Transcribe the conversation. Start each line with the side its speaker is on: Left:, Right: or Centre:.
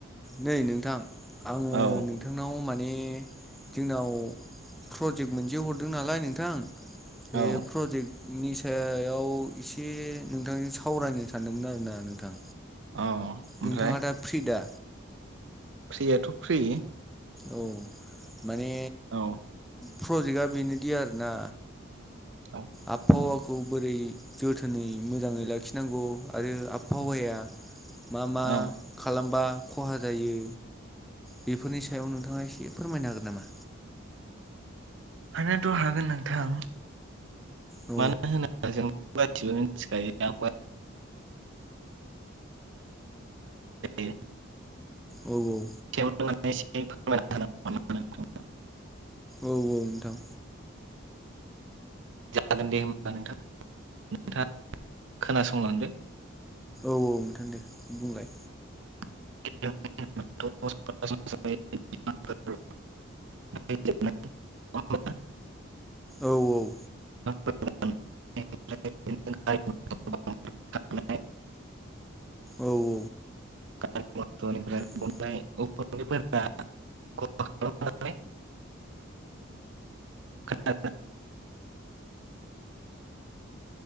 Centre: नै नोंथां आङो
Right: औ
Centre: नोंथांनाव मा ने जोंनाव प्रजेक्ट मोनसे हरदों नालाय नोंथां बे
Right: औ
Centre: प्रजेक्ट नि सायाव एसे नोंथांजों सावरायनो सानदोंमोन आरोना नोंथां।
Right: औ ओमफ्राय
Centre: नोंथाङा दा फ्रि दा?
Right: फ्रियाथ' फ्रि।
Centre: औ माने
Right: औ
Centre: प्रजेक्टआ बेनोदि आरोना
Right: औ
Centre: आबहावा खौ बोरै जोथोनै मोजाङै लाखिनांगौ आरो आबहावाया मा मा
Right: औ
Centre: खालामबा खहा जायो बेफोरनि सायाव नोंथाङा एसे फोरमायनो हागोन नामा?
Right: हानायाथ' हागोन नोंथां
Centre: औ
Right: मानो होनोबा जों गासिबो मोनथिखायो <unintelligible> <unintelligible>
Centre: औ औ।
Right: <unintelligible>
Centre: औ औ नोंथां
Right: जागोन दे होमबा नोंथां नोंथाङा खोनासंलांदो
Centre: औ औ नोंथां दे बुंलाय
Right: <unintelligible> <unintelligible>
Centre: औ औ
Right: <unintelligible>
Centre: औ औ
Right: <unintelligible>
Centre: औ
Right: <unintelligible> <unintelligible>